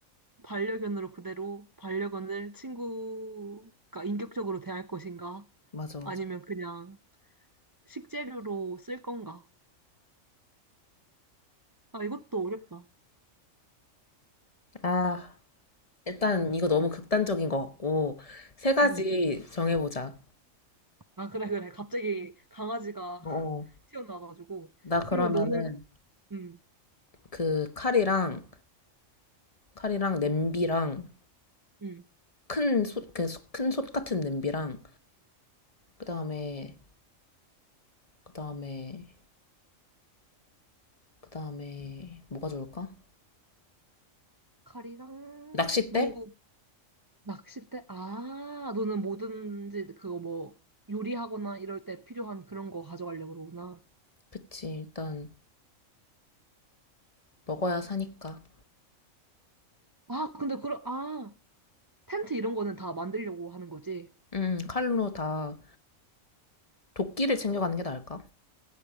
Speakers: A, on the right; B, on the left.
A: 반려견으로 그대로 반려견을 친구가 인격적으로 대할 것인가?
B: 맞아, 맞아.
A: 아니면 그냥 식재료로 쓸 건가? 아, 이것도 어렵다.
B: 아, 일단 이거 너무 극단적인 것 같고, 세 가지
A: 음.
B: 정해보자.
A: 아, 그래, 그래. 갑자기 강아지가
B: 어.
A: <laughs> 튀어나와가지고.
B: 나 그러면은
A: 그러면 너는, 음,
B: 그 칼이랑, 칼이랑 냄비랑,
A: 음.
B: 큰 솥, 큰솥 같은 냄비랑, 그 다음에, 그 다음에, 그 다음에, 뭐가 좋을까?
A: 칼이랑,
B: 낚싯대?
A: 너 낚싯대? 아, 너는 뭐든지 그거 뭐 요리하거나 이럴 때 필요한 그런 거 가져가려고 그러구나.
B: 그치, 일단 먹어야 사니까.
A: 아, 근데 그런, 아, 텐트 이런 거는 다 만들려고 하는 거지.
B: 음, 칼로 다 도끼를 챙겨가는 게 나을까?